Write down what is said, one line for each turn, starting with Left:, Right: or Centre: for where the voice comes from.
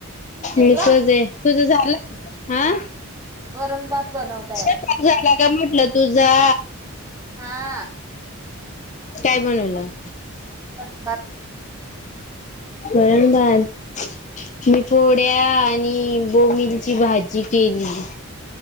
Right: घेतला
Left: एकाच आहे. तुझं झालं? हा?
Right: वरण, भात
Left: स्वयंपाक
Right: बनवताय आज
Left: झाला का म्हटलं तुझा?
Right: हा...
Left: काय बनवलं?
Right: वरण भाताची
Left: वरण, भात. मी पोड्या आणि बोबिलची भाजी केलेली.